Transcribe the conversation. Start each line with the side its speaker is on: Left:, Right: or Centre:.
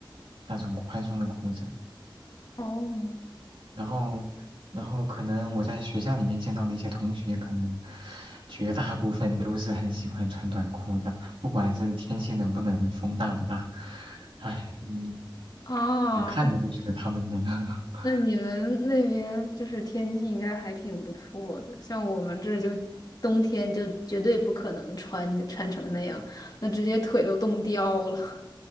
Right: 那种宽松的裤子。
Left: 哦，
Right: 然后，然后可能我在学校里面见到的一些同学，可能绝大部分都是很喜欢穿短裤的，不管是天气冷不冷，风大不大，唉，嗯，
Left: <laughs> 啊，
Right: 我看着都觉得他们冷。<laughs>
Left: 那你们那边就是天气应该还挺不错的，像我们这儿就冬天就绝对不可能穿穿成那样，那直接腿都冻掉了。